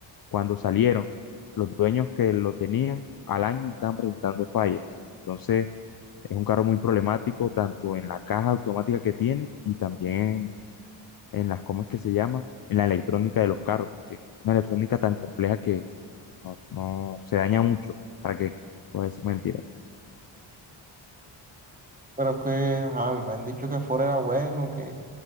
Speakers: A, on the left; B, on the right.
A: cuando salieron, los dueños que lo tenían al año estaban presentando fallas. Entonces, es un carro muy problemático, tanto en la caja automática que tiene y también en las, ¿cómo es que se llama? En la electrónica de los carros, porque una electrónica tan compleja que no, no se daña mucho. ¿Para qué? Puedes decir mentiras.
B: Pero es que, ajá, me han dicho que Ford era bueno, que